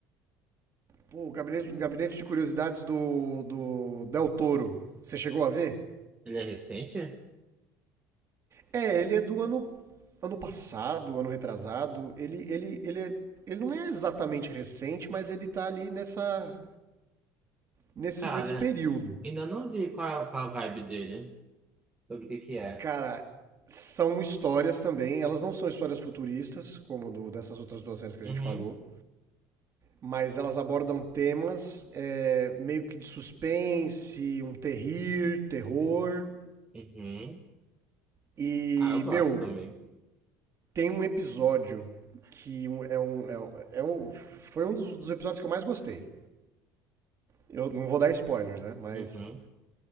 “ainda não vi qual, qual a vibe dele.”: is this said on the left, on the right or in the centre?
Right